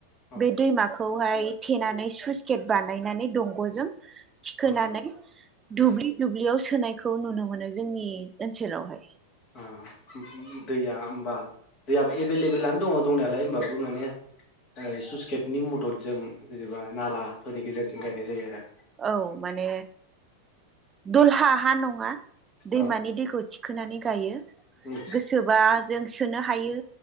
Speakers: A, on the left; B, on the right.
A: औ
B: बे दैमा खौहाय थेनानै सुइसग गेट बानायनानै दंगजों थिखोनानै
A: औ उम
B: दुब्लि दुब्लियाव सोनायखौ नुनो मोनो जोंनि ओनसोलावहाय।
A: ओ उम दैया होमबा दैयाबो एबेल लेबेलानो दङ दंनायालाय होमबाबो माने सुइसगेटनि मददजों जेनेबा नालाफोरनि गेजेरजों गायनाय जायो आरो। <inaudible>
B: औ माने दलहा हा नङा। दैमानि
A: औ
B: दैखौ थिखोनानै गायो।
A: उम
B: गोसोबा जों सिख सोनो हायो।